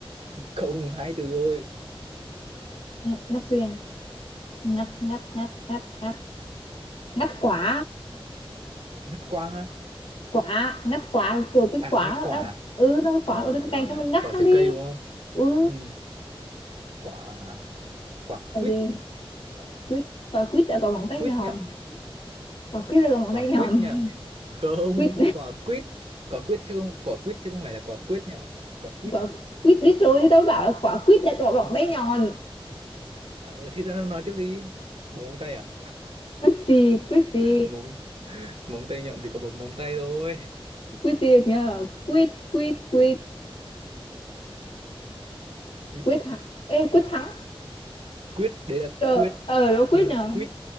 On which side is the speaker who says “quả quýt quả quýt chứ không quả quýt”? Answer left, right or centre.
Right